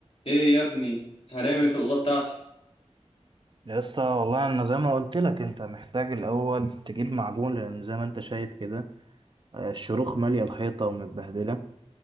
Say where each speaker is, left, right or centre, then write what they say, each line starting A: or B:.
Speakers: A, on the left; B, on the right.
A: ايه يا ابني هنعمل ايه في الاوضه بتاعتي
B: يا اسطى والله انا زي ما قلت لك انت محتاج الاول تجيب معجون لان زي ما انت شايف كده آه، الشروخ ماليه الحيطه ومتبهدله